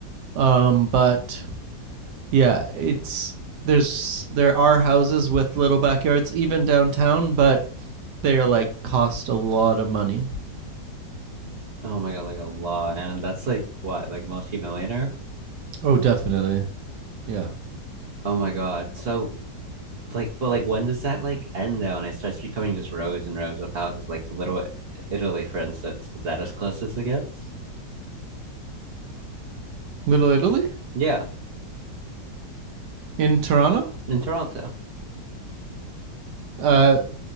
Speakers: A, on the right; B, on the right.
A: Um, but Yeah, it's there's there are houses with little backyards even downtown, but they are like cost a lot of money.
B: Oh my God, like a lot. And that's like what, like multimillionaire?
A: Oh, definitely. Yeah.
B: Oh my God. So like but like when does that like end though and it starts becoming just rows and rows of houses like little italy for instance is that as close as it gets
A: Little Italy
B: yeah
A: in Toronto?
B: in toronto
A: Uh